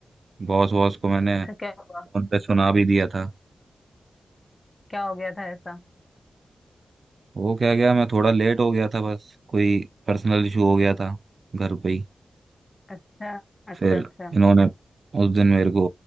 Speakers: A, on the right; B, on the left.
A: बॉस बॉस को मैंने
B: अच्छा क्या हुआ
A: फोन पे सुना भी दिया था
B: क्या हो गया था ऐसा
A: वो क्या गया मैं थोड़ा लेट हो गया था बस कोई पर्सनल इशू हो गया था घर पे ही
B: अच्छा अच्छा
A: फिर
B: अच्छा
A: इन्होंने उस दिन मेरे को